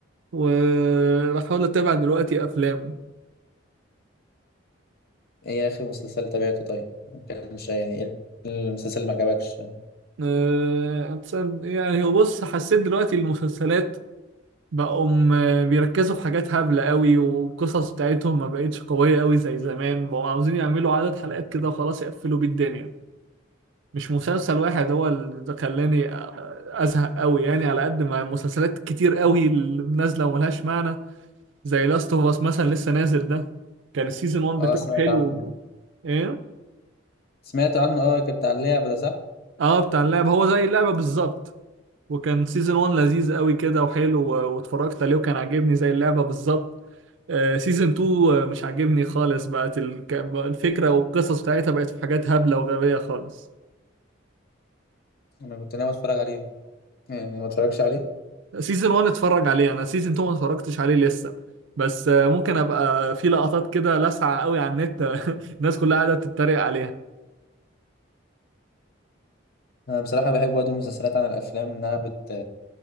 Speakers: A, on the right; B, on the left.
A: وبحاول اتابع دلوقتي افلام
B: ايه اخر مسلسل تابعته طيب ما كانش يعني ايه المسلسل اللي ما عجبكش
A: آه يعني هو بص حسيت دلوقتي المسلسلات بقوا آه، بيركزوا في حاجات هبلة قوي والقصص بتاعتهم ما بقتش قوية قوي زي زمان بقوا عاوزين يعملوا عدد حلقات كده وخلاص يقفلوا بيه الدنيا مش مسلسل واحد هو اللي ده خلاني آه، أزهق قوي يعني على قد ما مسلسلات كتير قوي اللي نازلة وملهاش معنى زي لاست اوف اس مثلا لسه نازل ده كان السيزون 1
B: اه
A: بتاعه
B: سمعت
A: حلو
B: عنه
A: ايه
B: سمعت عنه اه كنت على اللعبه ده صح
A: اه بتاع اللعبة هو زي اللعبة بالظبط وكان سيزون 1 لذيذ قوي كده وحلو و- واتفرجت عليه وكان عاجبني زي اللعبة بالظبط سيزون 2 مش عاجبني خالص بقت الك- بقى الفكرة والقصص بتاعتها بقت في حاجات هبلة وغبية خالص
B: انا كنت ناوي اتفرج عليه يعني ما اتفرجش عليه
A: سيزون 1 اتفرج عليه انا سيزون 2 ما اتفرجتش عليه لسه بس آه، ممكن ابقى في لقطات كده لاسعة قوي على النت <laughs> الناس كلها قاعدة بتتريق عليها
B: انا بصراحه بحب برضه المسلسلات عن الافلام انها بت